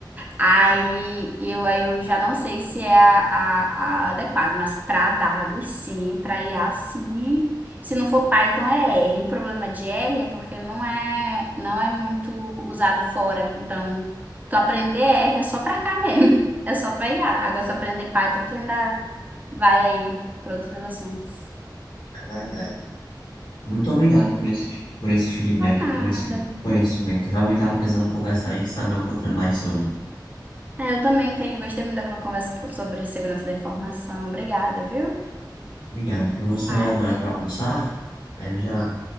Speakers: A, on the right (about 20°); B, on the left (about 80°).
A: Aí eu, aí eu já não sei se é a, a, a adequado, mas para dados sim, para IA sim. Se não for Python é R. O problema de R é porque não é não é muito usado fora. Então, tu aprender R é só para cá mesmo, <laughs> é só para IA. Agora se tu aprender Python, tu ainda vai aí para outros assuntos.
B: é verdade. Muito obrigado por esse, por esse feedback,
A: Pra Nada.
B: por esse conhecimento. Eu Realmente estava pensando em conversar e saber um pouquinho mais sobre.
A: É, eu também tenho, gostei muito daquela conversa sobre segurança da informação. Obrigada, viu?
B: Obrigado, que eu vou sair
A: Ai,
B: agora para almoçar, aí eu já